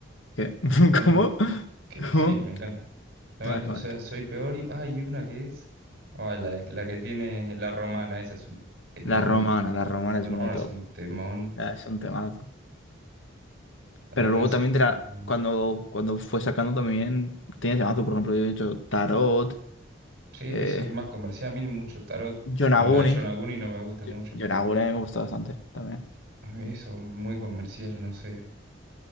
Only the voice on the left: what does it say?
¿Qué? <laughs>
¿Cómo?
¿Cómo?
Vale, vale.
La romana, la romana es
muy top.
Ya, es un temazo.
Pero
luego
también
te la-
cuando, cuando fue sacando también tiene temazo, por ejemplo, yo he dicho Tarot,
eh,
Yonaguni.
Yo-
Yonaguni me gusta bastante también.